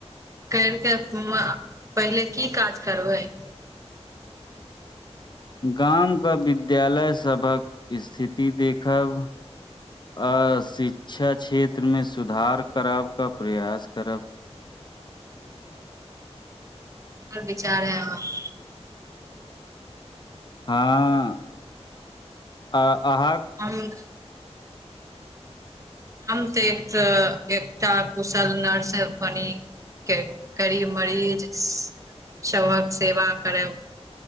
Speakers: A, on the right; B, on the left.
A: केल के पहिले की काज करबै।
B: गामके विद्यालय सभक स्थिति देखब। आ शिक्षा क्षेत्रमे सुधार कराबके प्रयास करब।
A: के बिचार ऐ अहा --
B: हँ अ अहाँ- -
A: हरेक -- हम तऽ एकतऽ एकटा कुशल नर्स बनि। के करीब मरीज सभक सेवा करब।